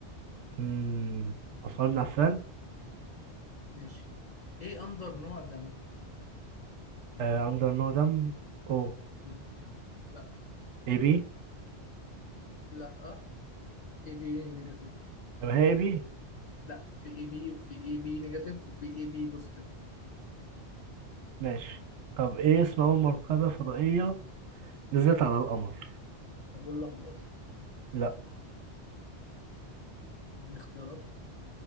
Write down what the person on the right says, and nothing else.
مم. عثمان بن عفان
آه أندر نو دم أو
إي بي
طب هي إي بي
ماشي طب إيه اسم أول مركبة فضائية نزلت على القمر
لا